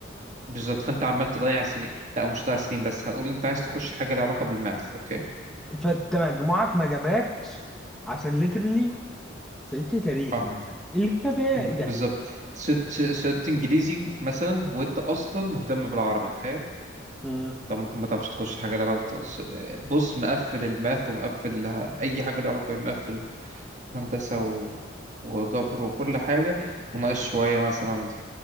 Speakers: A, on the right; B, in the centre.
A: بالظبط فانت عمال تضيع سنين لا مش هتضيع سنين بس هنقول انت عايز تخش حاجة لها علاقة بالماث اوكي
B: فانت مجموعك ما جابكش عشان ليترلي ست تاريخ
A: اه
B: مثلا الغباء
A: ب-
B: ده
A: بالظبط ست ست انجليزي مثلا وانت اصلا مهتم بالعربي تخيل
B: مم.
A: طب ممكن ما تعرفش تخش حاجة لها علاقة بص مقفل الماث ومقفل الها- اي حاجة لها علاقة بمقفل هندسة و... وجبر وكل حاجة وناقص شوية مثلا في...